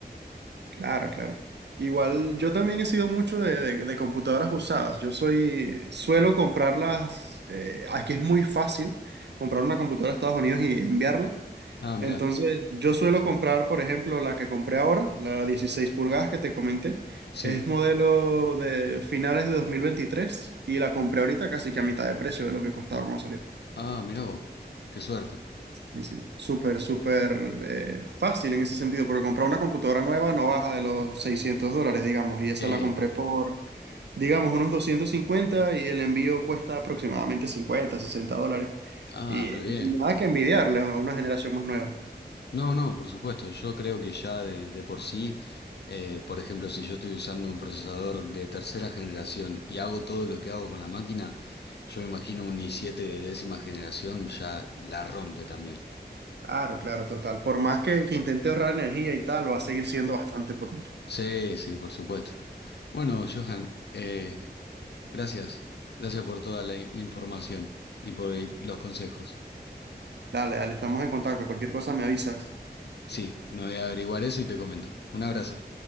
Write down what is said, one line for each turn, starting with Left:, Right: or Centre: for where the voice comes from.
Right: Claro, claro. Igual yo también he sido mucho de, de- de computadoras usadas. Yo soy, suelo comprarlas, eh, aquí es muy fácil comprar una computadora de Estados Unidos y enviarla.
Left: Ah, mira,
Right: Entonces, yo suelo comprar, por ejemplo, la que compré ahora, la 16 pulgadas que te comenté.
Left: sí.
Right: Es modelo de finales de 2023 y la compré ahorita casi que a mitad de precio de lo que costaba cuando salió.
Left: Ah, mirá vos, qué suerte.
Right: Sí, sí. Súper, súper eh, fácil en ese sentido, porque comprar una computadora nueva no baja de los 600 dólares, digamos, y esa
Left: Eh,
Right: la compré
Left: no.
Right: por, digamos, unos 250 y el envío cuesta aproximadamente 50 60 dólares.
Left: Ah,
Right: Y
Left: re bien.
Right: nada que envidiarle a una generación más nueva.
Left: No, no, por supuesto, yo creo que ya de, de por sí, eh, por ejemplo, si yo estoy usando un procesador de tercera generación y hago todo lo que hago con la máquina, yo me imagino un i siete de décima generación ya la rompe también.
Right: Claro, claro, total. Por más que, que intente ahorrar energía y tal, va a seguir siendo bastante potente.
Left: Sí, sí, por supuesto. Bueno, Johan, eh, gracias. Gracias por toda la, la información y por el- los consejos.
Right: Dale, dale, estamos en contacto. Cualquier cosa me avisas.
Left: Sí, me voy a averiguar eso y te comento. Un abrazo.